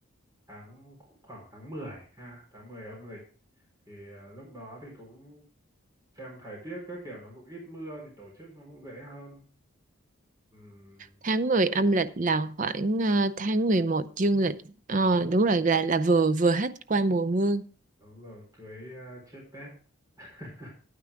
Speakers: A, on the right; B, on the right.
A: tháng khoảng tháng 10 ha tháng 10 âm lịch thì à, lúc đó thì cũng xem thời tiết các kiểu nó cũng ít mưa thì tổ chức nó cũng dễ hơn Ừm,
B: tháng 10 âm lịch là khoảng ờ, tháng 11 dương lịch. Ờ,
A: đúng rồi
B: đúng rồi là là vừa vừa hết qua mùa mưa.
A: đúng rồi cưới à, trước Tết <laughs>